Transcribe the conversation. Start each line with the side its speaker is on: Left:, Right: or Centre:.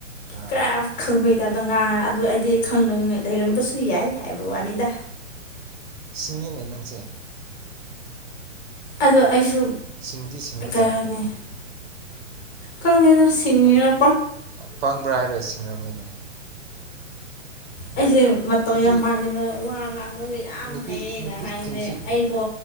Right: ꯑꯥ
Left: ꯈꯔ ꯈꯪꯕꯩꯇꯕꯗ ꯉꯥꯡꯉ ꯑꯗꯨ ꯑꯩꯗꯤ ꯈꯗ ꯂꯩꯔꯝꯕꯁꯨ ꯌꯥꯏ ꯑꯦꯕ ꯋꯥꯔꯤꯅꯤꯗ
Right: ꯁꯤꯁꯤꯡꯅꯦꯅꯦ ꯅꯪꯁꯦ
Left: ꯑꯗꯣ ꯑꯩꯁꯨ
Right: ꯁꯤꯡꯗꯤ ꯁꯤꯡꯕ
Left: ꯀꯩ
Right: ꯖꯥꯠꯅꯤꯅꯦ
Left: ꯍꯥꯏꯅꯤ ꯈꯪꯗꯦꯗꯣ ꯁꯤꯡꯉꯅ
Right: ꯄꯪꯕ꯭ꯔꯥ ꯍꯥꯏꯔꯣꯏ ꯁꯤꯡꯔꯝꯃꯤꯅꯤ
Left: ꯑꯩꯁꯦ ꯃꯇꯧ
Right: ꯅꯨꯄꯤ
Left: ꯌꯥꯝ ꯃꯥꯟꯗꯅ ꯋꯥ ꯉꯥꯡꯕꯒ ꯌꯥꯝ
Right: ꯅꯨꯄꯤ
Left: ꯍꯩꯌꯦꯅ
Right: ꯅꯨꯄꯤꯁꯤꯡꯁꯤ
Left: ꯍꯥꯏꯕꯅꯦ ꯑꯩꯕꯣ